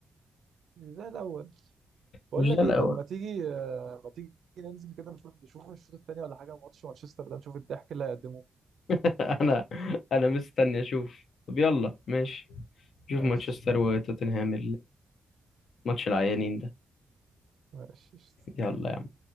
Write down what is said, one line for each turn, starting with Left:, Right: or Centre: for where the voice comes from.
Right: مش زي الاول بقول
Left: مش
Right: لك
Left: ده الاول
Right: ايه طب ما تيجي آه ما تيجي ننزل كده نشوف نشوف الشوط الثاني ولا حاجه ماتش مانشستر ده نشوف الضحك اللي هيقدموه
Left: <laughs> انا انا مستني اشوف طب يلا ماشي شوف
Right: ماشي
Left: مانشستر وتوتنهام الماتش العيانين ده
Right: ماشي قشطة.
Left: يلا